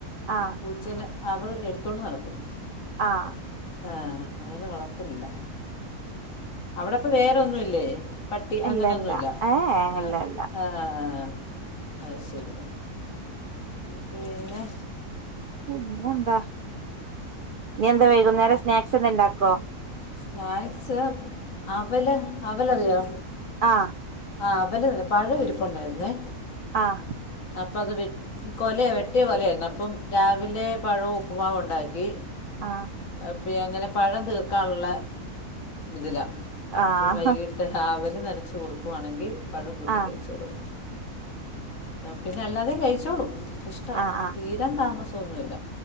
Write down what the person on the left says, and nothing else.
പൂച്ചനെ അവൾ എടുത്തോണ്ട് നടക്കും
ആഹ് അതന്നെ വളർത്ത്ണില്ല അവടെപ്പ വേറൊന്നുല്ലേ പട്ടി അങ്ങനൊന്നുല്ല
ആഹ്
അ ആ ആ ആഹ് ശരി പിന്നെ
സ്നാക്ക്സ് അവല് അവല് അറിയോ
ആഹ് അവല് പഴം ഇരിപ്പുണ്ടാര്‌ന്നേ
അപ്പ അത് വി കൊലേ വെട്ടേ കൊലേരുന്നു അപ്പം രാവിലെ പഴും ഉപ്പ്മാവ് ഉണ്ടാക്കി
അപ്പി അങ്ങനെ പഴം തീർക്കാണ്ള്ള ഇതില അപ്പ
വൈകി മറ്റേ രാവിലെ നനച്ച് കൊടുക്കുവാണെങ്കി പഴം കുട്ടി
കഴിച്ചോളൂ പിന്നെ അല്ലാതിം കഴിച്ചോളും ഇഷ്ട
തീരാൻ താമസൊന്നുല്ല